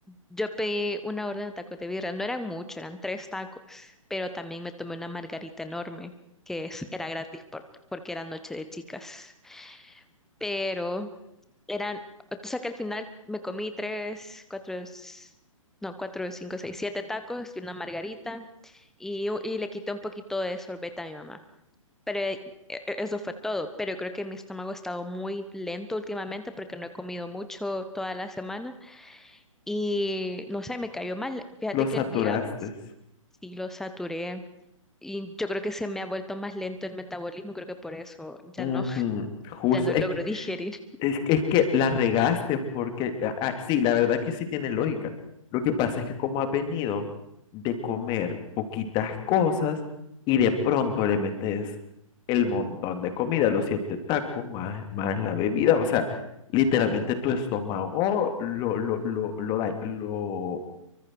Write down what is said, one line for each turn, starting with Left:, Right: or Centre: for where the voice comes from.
Centre: Yo pedí una orden de tacos de birra, no eran mucho, eran tres tacos, pero también me tomé una margarita enorme, que es- era gratis por- porque era noche de chicas. Pero eran, o sea que al final me comí tres, cuatro, s- no, cuatro, cinco, seis, siete tacos y una margarita y, u- y le quité un poquito de sorbete a mi mamá. Pero eh, e- e, eso fue todo. Pero yo creo que mi estómago ha estado muy lento últimamente porque no he comido mucho toda la semana y no sé, me cayó mal. Fíjate
Left: lo saturaste.
Centre: que el viernes sí lo saturé. Y yo creo que se me ha vuelto más lento el metabolismo, creo que por eso ya
Left: Ujú,
Centre: no, <laughs>
Left: Justo.
Centre: ya no
Left: Es
Centre: logro digerir.
Left: Es, es que la regaste porque, ah, ah, sí, la verdad que sí tiene lógica. Lo que pasa es que como has venido de comer poquitas cosas y de pronto le metes el montón de comida, los siete tacos más, más la bebida, o sea, literalmente tu estómago lo, lo, lo, lo, da- lo-